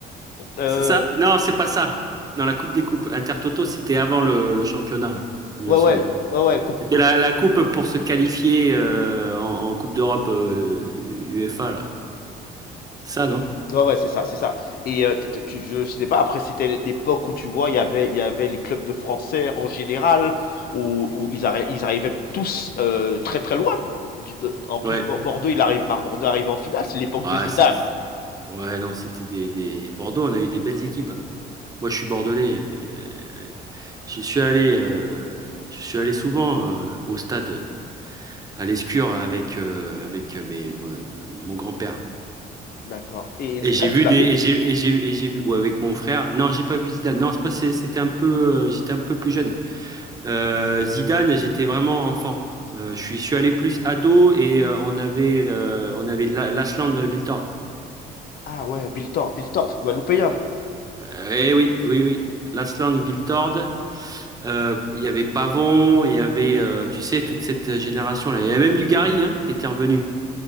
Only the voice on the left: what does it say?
Euh,
ouais,
ouais, ouais, ouais, coupe,
coupe,
ouais, ouais, c'est ça, c'est ça. Et euh, t- t- tu, je sais pas. Après, c'était l'époque où tu vois, il y avait, il y avait les clubs de Français en général où, où ils arri- ils arrivaient tous euh, très très loin. Du- de- En plus,
Bo- Bordeaux, il arrive, Mar- Bordeaux arrive en finale. C'est l'époque
de Zidane.
D'accord. Et Zidane,
tu l'as
vu?
Ah ouais, Milton, Milton, Guadeloupéen.